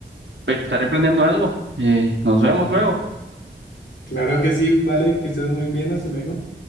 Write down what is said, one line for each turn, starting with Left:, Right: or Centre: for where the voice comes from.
Right: estaré planeando algo. Eh, nos vemos luego.
Left: Claro que sí, vale, que estés muy bien, hasta luego.